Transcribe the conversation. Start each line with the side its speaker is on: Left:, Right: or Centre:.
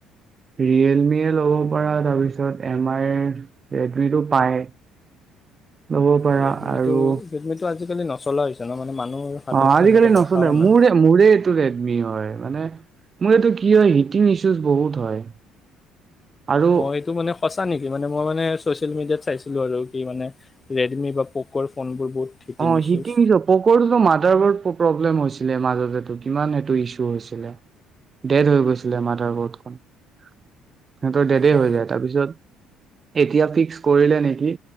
Right: ৰিয়েলমিয়ে ল'ব পাৰা তাৰপিছত এম আইৰ ৰেডমিটো পায় ল'ব পাৰা
Left: ৰেডমি
Right: আৰু
Left: টো ৰেডমি টো আজিকালি নচলা হৈছে ন মানে মানুহৰ হাতত
Right: অ আজিকালি
Left: তেনেকুৱা
Right: নচলে
Left: দেখাও
Right: মোৰে
Left: নাই।
Right: মোৰে এইটো ৰেডমি হয় মানে মোৰ এইটো কি হয় হিটিং ইছুজ বহুত হয় আৰু
Left: অ এইেইটো মানে সঁচা নেকি কি মানে মই মানে চচিয়েল মিডিয়াত চাইছিলো আৰু কি মানে ৰেডমি বা প'কৰ' ফোন বোৰ বহুত হিটিং
Right: অ
Left: ইছ্যুজ
Right: শিকিছ পকৰটোতো মাৰ্লেম মই চিনেমাৰ আগতে কিমান সেই টো ইচু হৈ ছিলে ডেড আধা খন সিহঁতৰ ডেডে
Left: অ
Right: হৈ যায় তাৰপিছত এতিয়া ফিক্স কৰিলে নেকি